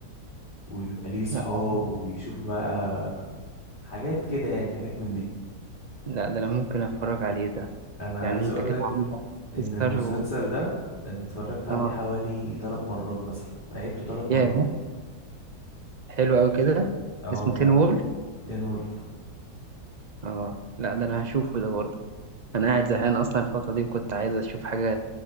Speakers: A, on the left; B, on the right.
A: وبيبقى ليه صحاب
B: لا أنا-
A: وبيشوف بقى حاجات كده يعني حاجات من دي
B: لا ده أنا ممكن أتفرج عليه ده
A: انا
B: يعني
A: عايز
B: أنت
A: اقول
B: كده
A: لك
B: عندك
A: ان
B: تذكر
A: المسلسل
B: و...
A: ده انا اتفرجت عليه
B: آه
A: حوالي ثلاث مرات مثلا عيدته ثلاث مرات
B: ياه حلو أوي كده
A: اه
B: اسمه
A: فعلا
B: تين وول
A: تين وولف
B: آه لا ده أنا هشوفه ده برضه أنا قاعد زهقان أصلا الفترة دي وكنت عايز أشوف حاجة